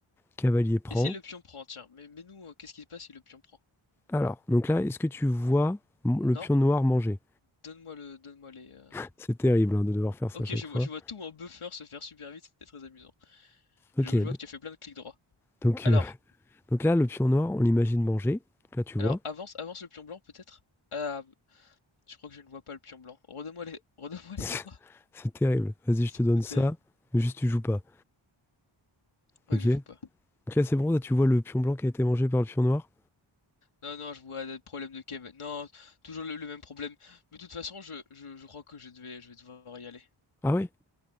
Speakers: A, in the centre; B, on the left (about 80°).
A: Cavalier prend.
B: Et si le pion prend, tiens, mais, mais nous, euh, qu'est-ce qui se passe si le pion prend?
A: Alors, donc là, est-ce que tu vois m- le
B: Non,
A: pion noir manger?
B: donne-moi le, donne-moi les. euh,
A: <laughs> C'est terrible hein, de devoir faire ça
B: Ok,
A: à chaque
B: je vois,
A: fois.
B: je vois tout en buffer se faire super vite, c'était très amusant.
A: Ok,
B: Je, je
A: d-
B: vois que tu as fait plein de clics droits.
A: donc,
B: Alors,
A: euh, donc là, le pion noir, on l'imagine manger. Donc Là, tu
B: alors
A: vois.
B: avance, avance le pion blanc peut-être? Ah, je crois que je ne vois pas le pion blanc. Redonne-moi les, <laughs> redonne-moi
A: <laughs>
B: les droits,
A: C'est terrible. Vas-y,
B: <laughs>
A: je te donne
B: c'est
A: ça,
B: terrible.
A: mais juste tu joues pas.
B: Ouais,
A: Ok?
B: je
A: Donc
B: joue pas.
A: là, c'est bon, là, tu vois le pion blanc qui a été mangé par le pion noir?
B: Non, non, je vois le problèmes de Kev. Non, toujours le, le même problème. Mais de toute façon, je, je, je crois que je devais, je vais devoir y aller.
A: Ah oui?